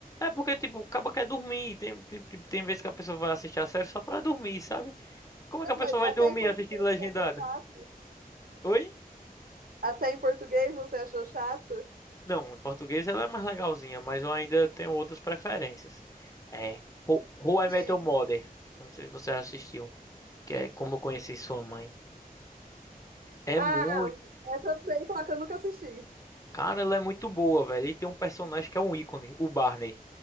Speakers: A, on the left; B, on the right.
A: é porque, tipo, o cabo quer dormir. Tem, tem, tem tem vezes que a pessoa vai assistir a série só pra dormir, sabe? Como
B: Não,
A: é que a pessoa
B: mas
A: vai
B: até
A: dormir
B: em português
A: assistindo legendado?
B: você achou chato?
A: Oi?
B: Até em português você achou chato?
A: Não, em português ela é mais legalzinha, mas eu ainda tenho outras preferências. É Ho- How I Met
B: Sim.
A: Your Mother. Não sei se você assistiu, que é Como Eu Conheci Sua Mãe. É
B: Ah,
A: muito,
B: essa eu sei, só que eu nunca assisti.
A: cara, ela é muito boa, velho. E tem um personagem que é um ícone, o Barney.